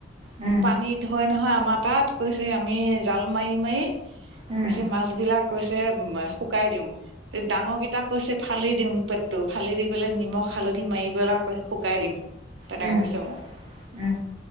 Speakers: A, on the right; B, on the right.
A: উম
B: পানীত হয় নহয় আমাৰ তাত, কৈছে আমি জাল মাৰি মাৰি
A: উম
B: কৈছে মাছ বিলাক কৈছে শুকাই দিও এই ডাঙৰকেইটাক কৈছে ফালি দিওঁ পেটটো, ফালি দি পেলাই নিমখ হালধি মাৰি পেলাই শুকাই দিং তেনেকে
A: উম,
B: কৈছে মোক
A: উম,